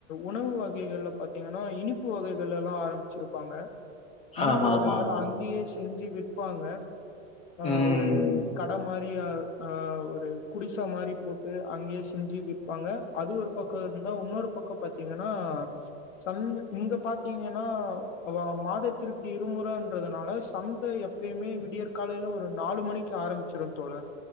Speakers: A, on the left (about 75°); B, on the left (about 15°).
A: உணவு வகைகள்ல பாத்தீங்கனா இனிப்பு வகைகளலா ஆரமிச்சிருப்பாங்க இனிப்பு
B: ஆமா,
A: வகைகள்
B: ஆமா, ஆமா.
A: அங்கியே செஞ்சு விப்பாங்க ஆ
B: ம்.
A: ஒரு கடமாரியா ஆ ஒரு குடிசா மாரி போட்டு அங்கியே செஞ்சு வி ப்பாங்க அது ஒரு பக்கோ இருந்தா உன்னொரு பக்கோ பாத்தீங்கனா சந்த இங்க பாத்தீங்கனா அதா மாதத்திற்கு இருமுறன்றதுனால சந்த எப் பயுமே விடியற் காலைல ஒரு நாலு மணிக்கு ஆரமிச்சிரு தோழர்